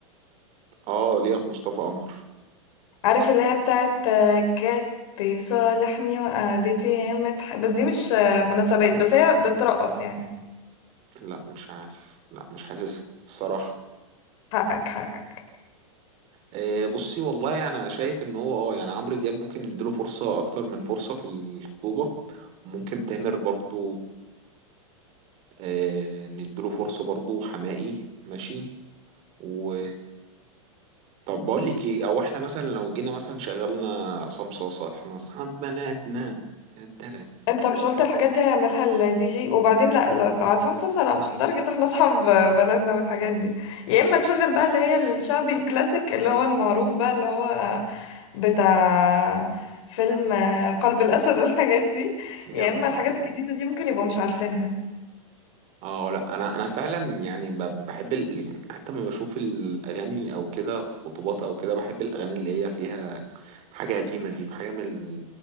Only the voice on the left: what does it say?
عارف اللي هي بتاعت آه، جت صالحني وقعدتي ياما تح- بس دي مش آه، مناسبات بس هي بترقص يعني
حقك حقك
انت مش قلت الحاجات دي هيعملها الدي جي وبعدين لا لا- لا، عصام صاصا لا مش لدرجة احنا اصحاب بلدنا والحاجات دي يا اما تشغل بقى اللي هي الشعبي الكلاسيك اللي هو المعروف بقى اللي هو بتاع فيلم قلب الاسد والحاجات دي
يا
اما الحاجات
الجديدة دي ممكن يبقوا مش عارفينها